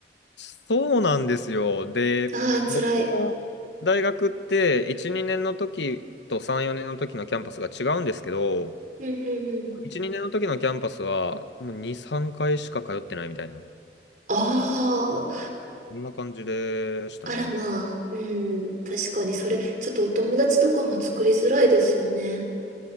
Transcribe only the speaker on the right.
ああ、辛い。
うんうんうん。
ああ、
あらまあ。うん、確かにそれ、ちょっとお友達とかも作りづらいですよね。